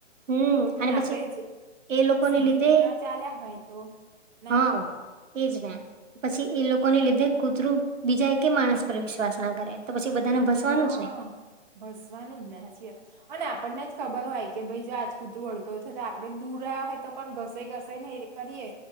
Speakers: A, on the right; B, on the right.
A: હમ
B: પણ
A: અને
B: આપણે
A: પછી
B: જ
A: એ લોકોને
B: સીધી
A: લીધે
B: રીતના ચાલ્યા હોય તો ના
A: હા.
B: થાય એવું
A: એ જ ને પછી એ લોકોને લીધે કૂતરું બીજા એકે માણસ પર વિશ્વાસ ના કરે. તો પછી બધાને ભસવાનું
B: હા
A: જ ને.
B: ભસવાનું જ ને હાચીયત. અને આપણને જ ખબર હોય કે ભઈ જો આજ કૂતરું હડગયું થયું તો આપડે જ દૂર રહ્યા હોય તો પણ ઘસાઈ ઘસાઈ ને એ રીત કરીએ